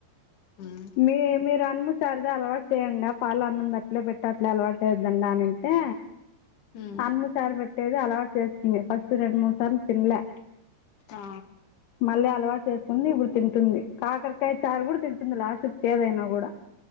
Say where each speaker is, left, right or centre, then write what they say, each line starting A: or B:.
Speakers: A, on the left (about 55°); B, on the left (about 80°).
A: ఉమ్
B: మీ మీరు అన్నీ సరదా లు అలవాటు చేయడి పాల అన్నంద అట్లే పెట్టే అట్ల అలవాటు లేదు లెండి అని అంటే
A: ఉమ్
B: అన్నీ సార్లు పెట్టేది అల్వట్ చేస్తిమి ఫస్ట్ రెండు, మూడు సార్లు తిన్లే
A: ఆ
B: మళ్ళీ అలవాటు చేసుకుంది. ఇప్పుడు తింటుంది కాకరకాయ చారు కూడా తింటుంది లాస్టుకి ఏదైనా కూడా